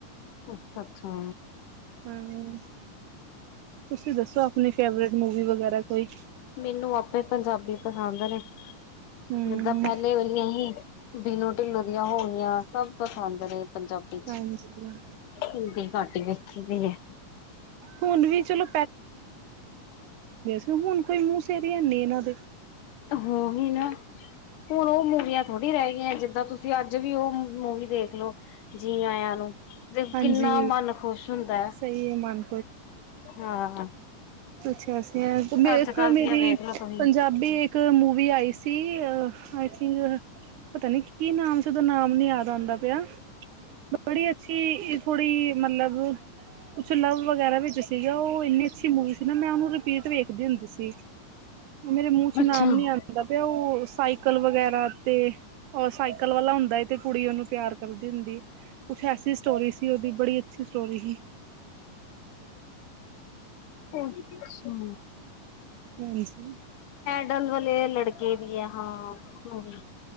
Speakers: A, on the left (about 70°); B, on the right (about 75°).
A: ਅੱਛਾ-ਅੱਛਾ,
B: ਹੂੰ, ਤੁਸੀਂ ਦੱਸੋ ਆਪਣੀ ਫੇਵਰੇਟ ਮੂਵੀ ਵਗੈਰਾ। ਕੋਈ
A: ਮੈਨੂੰ ਆਪੇ ਪੰਜਾਬੀ ਪਸੰਦ ਨੇ
B: ਹਮ
A: ਜਿੱਦਾਂ ਪਹਿਲੇ ਵਾਲੀਆਂ ਹੀ। ਬਿਨੂੰ ਢਿੱਲੋਂ ਦੀਆਂ ਹੋ ਗਈਆਂ ਸਭ ਪਸੰਦ ਨੇ। ਪੰਜਾਬੀ ਚ
B: ਹਾਂਜੀ
A: ਹਿੰਦੀ ਘੱਟ ਹੀ ਵੇਖੀ ਦੀ ਐ।
B: ਹੁਣ ਵੀ ਚਲੋ ਤੇ ਹੁਣ ਕੋਈ ਮੂੰਹ ਸਿਰ ਹੈਨੀ ਇਹਨਾਂ ਦੇ
A: ਓਹੀ ਨਾ ਹੁਣ ਉਹ ਮੂਵੀਆਂ ਥੋੜ੍ਹੀ ਰਹਿ ਗਈਆਂ ਜਿੱਦਾਂ ਤੁਸੀਂ ਅੱਜ ਵੀ ਉਹ ਮੂਵੀ ਦੇਖ ਲੋ ਜੀ ਆਇਆ ਨੂੰ। ਤੇ
B: ਹਾਂਜੀ
A: ਕਿੰਨਾ ਮਨ ਖੁਸ਼ ਹੁੰਦਾ
B: ਸਹੀ ਹੈ ਮਨ
A: ਹਾਂ।
B: ਪੁੱਛਿਆ ਸੀ ਮੈਂ
A: ਅੱਜ
B: ਇੱਕ
A: ਕੱਲ
B: ਮੇਰੀ
A: ਦੀਆਂ ਵੇਖਲੋ ਤੁਸੀਂ
B: ਪੰਜਾਬੀ ਇੱਕ ਮੂਵੀ ਆਈ ਸੀ ਆਈ ਥਿੰਕ ਪਤਾ ਨੀ ਕੀ ਨਾਮ ਸੀ ਉਦੋਂ ਨਾਮ ਨੀ ਯਾਦ ਆਂਦਾ ਪਿਆ ਬੜੀ ਅਸੀ ਥੋੜ੍ਹੀ ਮਤਲਬ ਕੁਛ ਲਵ ਵਗੈਰਾ ਵਿੱਚ ਸੀਗਾ ਉਹ ਇੰਨੀ ਅੱਛੀ ਮੂਵੀ ਸੀ ਨਾ ਮੈਂ ਉਹਨੂੰ ਰਿਪੀਟ ਵੇਖਦੀ ਹੁੰਦੀ ਸੀ। ਮੇਰੇ ਮੂੰਹ ਚ
A: ਅੱਛਾ
B: ਨਾਮ ਨੀ ਆਂਦਾ ਪਿਆ ਉਹ ਸਾਈਕਲ ਵਗੈਰਾ ਤੇ ਸਾਈਕਲ ਵਾਲਾ ਹੁੰਦਾ। ਤੇ ਕੁੜੀ ਉਹਨੂੰ ਪਿਆਰ ਕਰਦੀ ਹੁੰਦੀ ਕੁਛ ਐਸੀ ਸਟੋਰੀ ਸੀ ਉਹਦੀ ਬੜੀ ਅੱਛੀ ਸਟੋਰੀ ਸੀ।
A: ਅੱਛਾ,
B: <inaudible>
A: <unintelligible> ਵਾਲੇ ਲੜਕੇ ਵੀ ਆ ਹਾਂ ਮੂਵੀ।